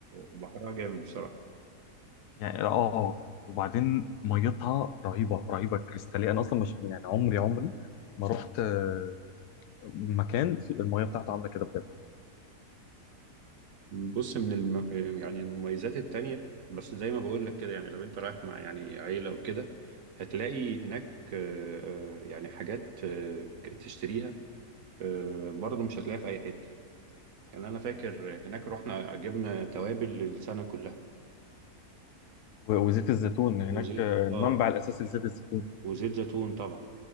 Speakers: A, on the right (about 60°); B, on the left (about 80°).
A: بحرها جامد بصراحة
B: يعني اه وبعدين ميتها رهيبه رهيبه كريستاليه انا اصلا مش يعني عمري عمري ما رحت آه، مكان في الميه بتاعته عامله كده بجد
A: بص من الم... يعني المميزات التانية بس زي ما بقول لك كده يعني لو انت رايح مع يعني عيلة وكده هتلاقي هناك آه، آه، يعني حاجات آه، تشتريها آه، برضه مش هتلاقيها في أي حتة يعني أنا فاكر هناك رحنا جبنا توابل للسنة كلها
B: و- وزيت الزيتون هناك
A: وزيت
B: آه، المنبع
A: اه
B: الاساسي لزيت الزيتون
A: وزيت زيتون طبعا